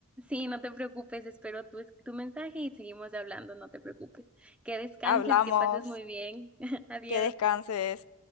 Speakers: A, in the centre; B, on the left (about 75°).
A: Sí, no te preocupes, espero tu, es- tu mensaje y seguimos hablando, no te preocupes. Que descanses
B: Hablamos.
A: y que pases muy bien. <laughs> Adiós.
B: Que descanses.